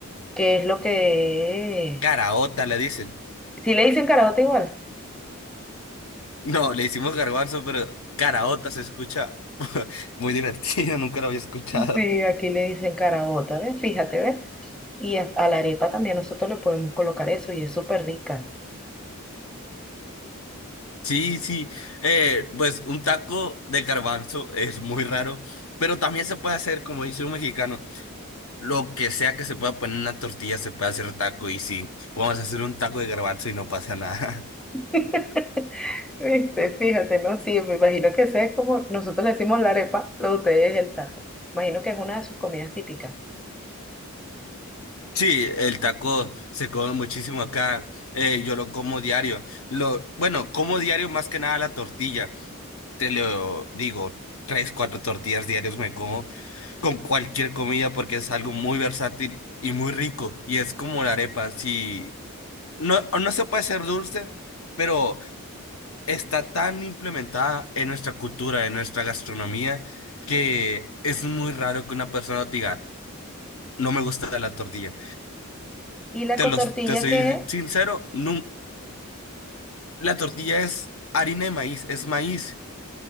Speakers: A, in the centre; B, on the left (about 70°).
A: que es lo que
B: Caraota le dicen.
A: Si le dicen carabota igual.
B: No, le hicimos garbanzo, pero caraota se escucha muy divertido, <laughs> nunca lo había escuchado.
A: Sí, aquí le dicen carabota, ¿ves? Fíjate, ¿ves? Y a, a la arepa también nosotros le podemos colocar eso y es súper rica.
B: Sí, sí, eh, pues un taco de garbanzo es muy raro, pero también se puede hacer, como dice un mexicano, lo que sea que se pueda poner en una tortilla se puede hacer taco y sí, podemos hacer un taco de garbanzo y no pasa nada. <laughs>
A: <laughs> Viste, fíjate, ¿no? Sí, me imagino que ese es como, nosotros le decimos la arepa, lo de ustedes es el taco. Imagino que es una de sus comidas típicas.
B: Sí, el taco se come muchísimo acá. eh, yo lo como diario. Lo, bueno, como diario más que nada la tortilla. Te lo digo, tres, cuatro tortillas diarios me como con cualquier comida porque es algo muy versátil y muy rico. Y es como la arepa. Si no, no se puede ser dulce, pero está tan implementada en nuestra cultura, en nuestra gastronomía, que es muy raro que una persona te diga, no me gusta la tortilla.
A: ¿Y la
B: Te
A: cotortilla
B: los, te soy
A: qué es?
B: sincero, nun- la tortilla es harina de maíz, es maíz